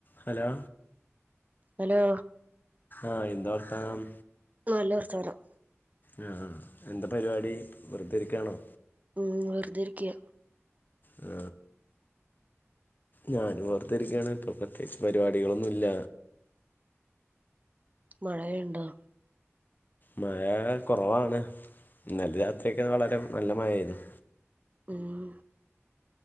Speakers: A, on the left (about 40°); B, on the right (about 35°).
A: Hello
B: hello
A: ആഹ് എന്താ വർത്താനം
B: ആ നല്ല വർത്താനം
A: ആ എന്താ പരിവാടി വെറുതിരിക്കാണോ
B: ഉം വെറുതെരിക്കയ
A: ആ ഞാൻഓർത്തിരിക്കയാണ് ഇപ്പ പ്രതേകിച്ച് പരിപാടി കുടികളൊന്നുല്ല
B: മഴയൊണ്ടോ
A: മഴ കുറവാണ് ഇന്നല രാത്രിക്കെ വളരെ നല്ല മഴായിരുന്നു
B: ഉം